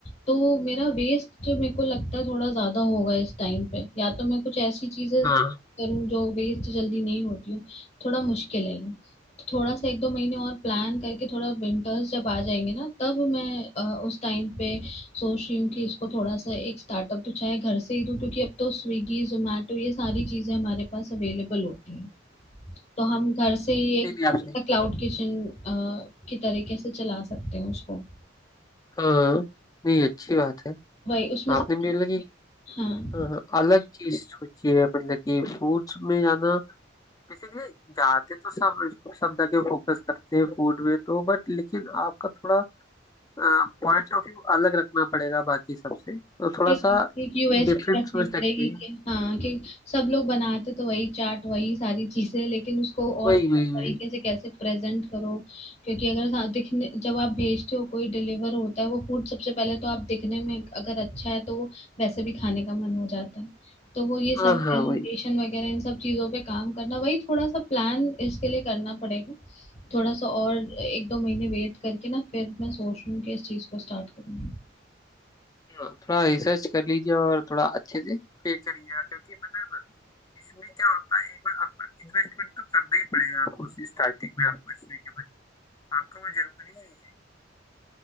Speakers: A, on the left; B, on the left.
A: तो मेरा वेस्ट जो मेरे को लगता है थोड़ा ज्यादा होगा इस टाइम पे या तो मैं कुछ ऐसी चीजें
B: हाँ
A: करूँ जो वेस्ट जल्दी नहीं होती हूँ थोड़ा मुश्किल है ये थोड़ा सा एक दो महीने और प्लान करके थोड़ा विंटर्स जब आ जाएंगे ना तब मैं अ, उस टाइम पे सोच रही हूँ कि इसको थोड़ा सा एक स्टार्टअप तो चाहे घर से ही दूँ क्योंकि अब तो स्विगी जोमेटो ये सारी चीजें हमारे पास अवेलेबल होती हैं तो हम घर से ही एक
B: नहीं नहीं आप सही कह
A: क्लाउड
B: रही हैं।
A: किचन की तरीके से चला सकते हैं उसको
B: हाँ नहीं अच्छी बात है
A: वही उसमें
B: आपने
A: से-
B: भी मतलब कि
A: हाँ
B: हाँ, हाँ, अलग चीज सोची है मतलब कि फूड्स में जाना बेसिकली जाते तो सब सब जगह फोकस करते हैं फूड में तो बट लेकिन आपका थोड़ा पॉइंट ऑफ व्यू अलग रखना पड़ेगा बाकी सबसे तो थोड़ा
A: एक
B: सा
A: यूएसपी
B: डिफरेंट
A: रखनी
B: सोच
A: पड़ेगी
B: रखिए
A: कि हाँ कि सब लोग बनाते तो वही चाट वही सारी चीजें लेकिन उसको और
B: वही
A: अलग
B: वही
A: तरीके
B: वही
A: से कैसे प्रेजेंट करो क्योंकि अगर सा- दिखने जब आप भेजते हो कोई डिलीवर होता है वो फूड सबसे पहले तो आप दिखने में अगर अच्छा है तो वो वैसे भी खाने का मन हो जाता है तो वो ये सारी
B: हाँ हाँ
A: प्रेजेंटेशन
B: वही
A: वगैरह इन सब चीजों पे काम करना वही थोड़ा सा प्लान इसके लिए करना पड़ेगा थोड़ा सा और एक दो महीने वेट करके ना फिर मैं सोच रही हूँ कि इस चीज को स्टार्ट करूँ
B: हाँ थोड़ा रिसर्च कर लीजिए और थोड़ा अच्छे से फिर करिएगा क्योंकि पता है ना इसमें क्या होता है एक बार आपका इन्वेस्टमेंट तो करना ही पड़ेगा आपको स्टार्टिंग में आपको इसमें के में आपका वो जरूरी है